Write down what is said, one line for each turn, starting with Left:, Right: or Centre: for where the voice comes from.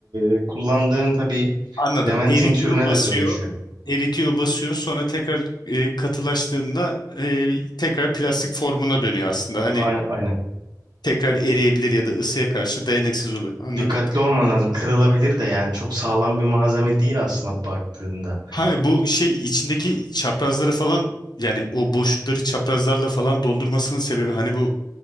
Right: e, kullandığın tabii
Left: anladım.
Right: lamentin
Left: Eritiyor,
Right: türüne
Left: basıyor.
Right: de dönüşüyor.
Left: Eritiyor, basıyor. Sonra tekrar e, katılaştığında e, tekrar plastik formuna dönüyor aslında. Hani
Right: Ay- Aynen.
Left: tekrar eriyebilir ya da ısıya karşı dayanıksız oluyor. Anladım.
Right: Dikkatli olman lazım. Kırılabilir de yani çok sağlam bir malzeme değil aslında baktığında.
Left: Ha bu şey içindeki çaprazları falan yani o boşlukları çaprazlarla falan doldurmasının sebebi hani bu